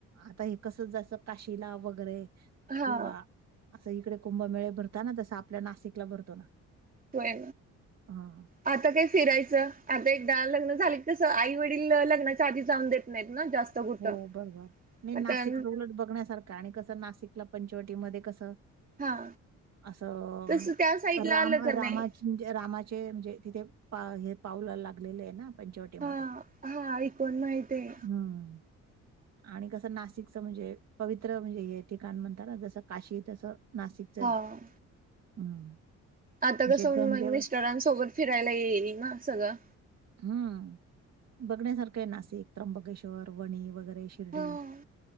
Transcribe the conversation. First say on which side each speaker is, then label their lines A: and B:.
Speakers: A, on the right; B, on the right.
A: आता हे कसं जसं काशिला वगैरे.
B: हा
A: किंवा असं इकडे कुंभमेळे भरताना तस आपल्या नाशिकला भरतो ना.
B: होय.
A: हा
B: आता काय फिरायचं आता एकदा लग्न झाल तसं आई वडील लग्नाच्या आधी जाऊन देत नाहीत ना जास्त. कुठं
A: हो बरोबर नाही
B: आता
A: नाशिकच उलटं बघण्यासारखं आणि कसं नाशिकला पंचवटीमध्ये कसं.
B: हा
A: असं
B: तस त्या साईडला
A: राम
B: आलं तर
A: रामा
B: नाही
A: रामाचे म्हणजे तिथे पा हे पावल लागलेले आहे ना. पंचोटीमध्ये
B: हा हा ऐकून माहित आहे
A: हम्म. आणि कसं नाशिकच म्हणजे पवित्र म्हणजे हे ठिकाण म्हणताना जस काशी तसं. नाशिकच आहे
B: हा
A: हम्म.
B: आता
A: म्हणजे
B: कसं
A: गंगेवर
B: मग मिस्टरांसोबत फिरायला येईल ना सगळं.
A: हम्म बघण्यासारखं आहे नाशिक त्र्यंबकेश्वर वणी वगैरे शिर्डी.
B: हा